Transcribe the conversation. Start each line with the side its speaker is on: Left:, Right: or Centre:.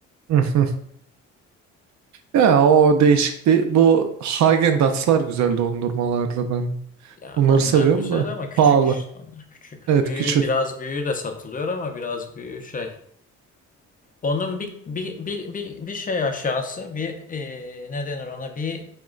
Right: hı, hı. Ya o değişikti. Bu Hagen Dazs'lar güzeldi dondurmalarda ben.
Left: Ya
Right: Onları
Left: onlar
Right: seviyorum
Left: güzel
Right: da.
Left: ama küçük
Right: Pahalı.
Left: işte onlar küçük.
Right: Evet
Left: Büyüğü
Right: küçük.
Left: biraz büyüğü de satılıyor ama biraz büyüğü şey. Onun bir bir bir bir, bir şey aşağısı bir eee ne denir ona bir